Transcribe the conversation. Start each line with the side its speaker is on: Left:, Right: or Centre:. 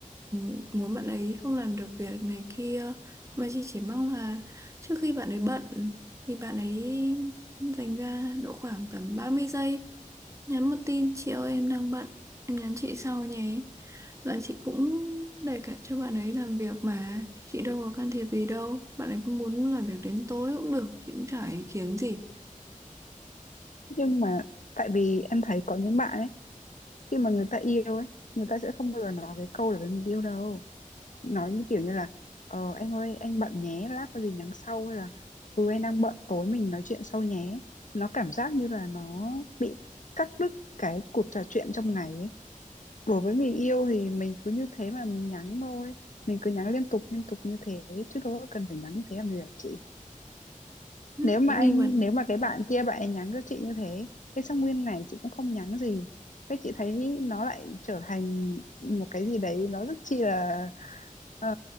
Right: ừ, muốn bạn ấy không làm được việc này kia Mà chị chỉ mong là trước khi bạn ấy bận Thì bạn ấy dành ra độ khoảng tầm ba mươi giây Nhắn một tin chị ơi em đang bận Em nhắn chị sau nhé Dạ chị cũng để cả cho bạn ấy làm việc mà Chị đâu có can thiệp gì đâu Bạn ấy cũng muốn làm việc đến tối cũng được Chị cũng chả ý kiến gì
Left: nhưng mà tại vì em thấy có những bạn ấy khi mà người ta yêu ấy người ta sẽ không bao giờ nói cái câu là mình yêu đâu nói như kiểu như là ờ, em ơi anh bận nhé lát có gì nhắn sau hay là ừ anh đang bận tối mình nói chuyện sau nhé nó cảm giác như là nó bị cắt đứt cái cuộc trò chuyện trong ngày ấy đối với người yêu thì mình cứ như thế mà mình nhắn thôi mình cứ nhắn liên tục liên tục như thế chứ đâu có cần phải nhắn như thế làm gì hả chị
Right: Ừ.
Left: nếu mà
Right: Nhưng
Left: anh
Right: mà
Left: nếu mà cái bạn kia bạn ấy nhắn cho chị như thế cái xong nguyên ngày chị cũng không nhắn gì cái chị thấy nó lại trở thành một cái gì đấy nó rất chi là ờ,